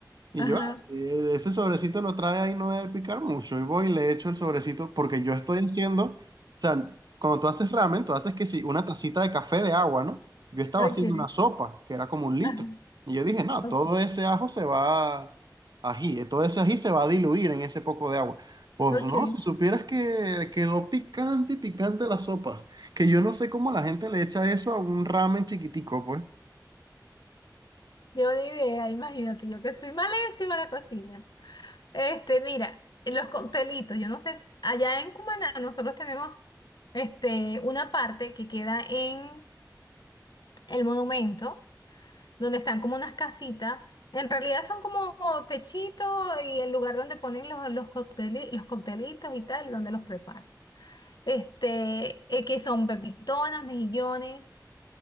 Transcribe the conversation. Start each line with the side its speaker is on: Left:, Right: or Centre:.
Right: Y
Left: ajá,
Right: yo, ah, sí, ese sobrecito lo trae ahí, no debe picar mucho. Y voy y le echo el sobrecito porque yo estoy haciendo, o sea, cuando tú haces ramen, tú haces que sí, una tacita de café de agua, ¿no? Yo estaba
Left: ok,
Right: haciendo una sopa que era como un litro.
Left: ajá,
Right: Y yo dije, no,
Left: ok,
Right: todo ese ajo se va, ají, eh, todo ese ají se va a diluir en ese poco de agua. Pues
Left: ok.
Right: no, si supieras que quedó picante y picante la sopa, que yo no sé cómo la gente le echa eso a un ramen chiquitico, pues.
Left: Yo ni idea, imagínate, yo que soy malísima en la cocina. Este, mira, los coctelitos, yo no sé, si- allá en Cumaná nosotros tenemos este, una parte que queda en el monumento, donde están como unas casitas. En realidad son como techito y el lugar donde ponen los, los, cocteli- los coctelitos y tal, donde los preparan. Este, eh, que son pepitonas, mejillones.